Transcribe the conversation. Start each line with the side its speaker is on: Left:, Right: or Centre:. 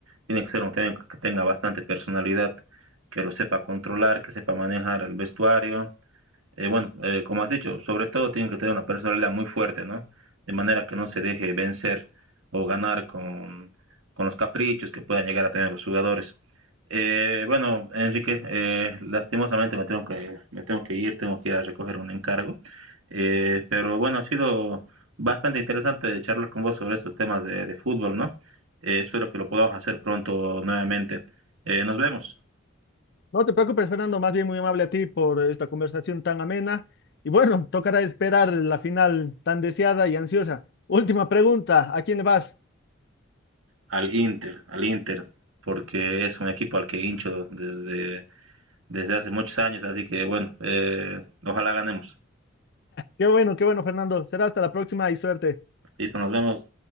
Right: Tiene que ser un técnico que tenga bastante personalidad, que lo sepa controlar, que sepa manejar el vestuario, eh, bueno, eh, como has dicho, sobre todo tienen que tener una personalidad muy fuerte, ¿no? De manera que no se deje vencer o ganar con, con los caprichos que puedan llegar a tener los jugadores. Eh, bueno, Enrique, eh, lastimosamente me tengo que, me tengo que ir, tengo que ir a recoger un encargo. Eh, pero bueno, ha sido bastante interesante charlar con vos sobre estos temas de, de fútbol, ¿no? Eh, espero que lo podamos hacer pronto nuevamente. Eh, nos vemos.
Left: No te preocupes, Fernando, más bien muy amable a ti por esta conversación tan amena. Y bueno, tocará esperar la final tan deseada y ansiosa. Última pregunta, ¿a quién le vas?
Right: Al Inter, al Inter, porque es un equipo al que hincho desde, desde hace muchos años, así que bueno, eh, ojalá ganemos.
Left: Qué bueno, qué bueno, Fernando. Será hasta la próxima y suerte.
Right: Listo, nos vemos.